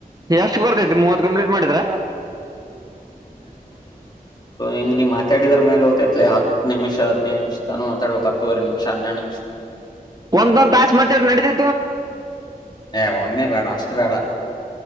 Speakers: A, on the right (about 25°); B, on the left (about 30°).
A: ಎಷ್ಟು ಬರ್ದೈತಿ ಮೂವತ್ ಕಂಪ್ಲೀಟ್ ಮಾಡಿದ್ರ
B: ಹ್ ನೀನ್ ಮಾತಾಡಿದ್ರ ಮೇಲೆ ತ್ತತತ್ಲ ಹ ನಿಮಷ ಹದಿನೈ ನಿಮಷ ತಾನ ಮಾತಾಡ್ಬೇಕು ಹತ್ತವರೆ ನಿಮಿಷ ಹನ್ನೆರಡು ನಿಮಿಷ
A: ಒಂದೊಂದ್ ತಾಶು ಮಾಚ ನಡದ
B: ಏ ಒಮ್ಮೆ ಬೇಡ ಅಷ್ಟು ಬೇಡ